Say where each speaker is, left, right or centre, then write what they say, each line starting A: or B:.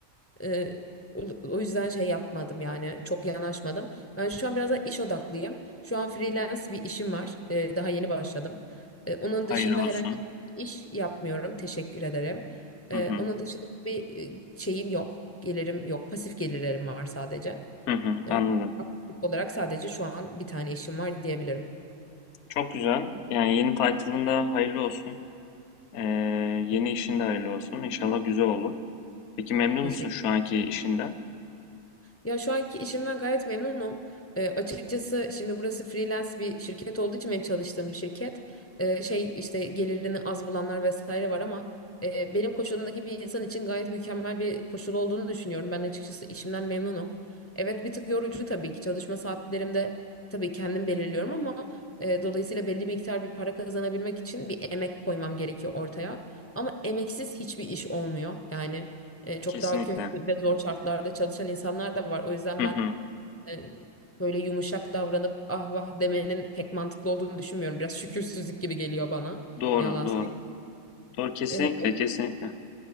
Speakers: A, on the left; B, on the left.
A: Ee, o o yüzden şey yapmadım yani çok yanaşmadım. Ben şu an biraz da iş odaklıyım. Şu an freelance bir işim var. Ee, daha yeni başladım. Ee, onun
B: Hayırlı
A: dışında herhangi
B: olsun.
A: bir iş yapmıyorum. Teşekkür ederim.
B: Hı
A: Ee,
B: hı.
A: onun dışında bir e, şeyim yok. Gelirim yok. Pasif gelirlerim var sadece.
B: Hı hı.
A: Ee,
B: Anladım.
A: olarak sadece şu an bir tane işim var diyebilirim.
B: Çok güzel. Yani yeni title'ın da hayırlı olsun. Ee, yeni işin de hayırlı olsun. İnşallah güzel olur. Peki memnun
A: Teşekkür
B: musun şu anki işinden?
A: Ya şu anki işimden gayet memnunum. Ee, açıkçası şimdi burası freelance bir şirket olduğu için benim çalıştığım şirket e, şey işte gelirini az bulanlar vesaire var ama e, benim koşulumdaki bir insan için gayet mükemmel bir koşul olduğunu düşünüyorum. Ben açıkçası işimden memnunum. Evet bir tık yorucu tabii ki çalışma saatlerimde tabii kendim belirliyorum ama e, dolayısıyla belli bir miktar bir para kazanabilmek için bir emek koymam gerekiyor ortaya. Ama emeksiz hiçbir iş olmuyor yani. E, çok
B: Kesinlikle.
A: daha kötü ve zor şartlarda çalışan insanlar da var. O yüzden
B: Hı
A: ben
B: hı.
A: e, böyle yumuşak davranıp ah vah demenin pek mantıklı olduğunu düşünmüyorum. Biraz şükürsüzlük gibi geliyor bana.
B: Doğru,
A: Ne yalan
B: doğru. Doğru, kesinlikle,
A: söyleyeyim.
B: kesinlikle.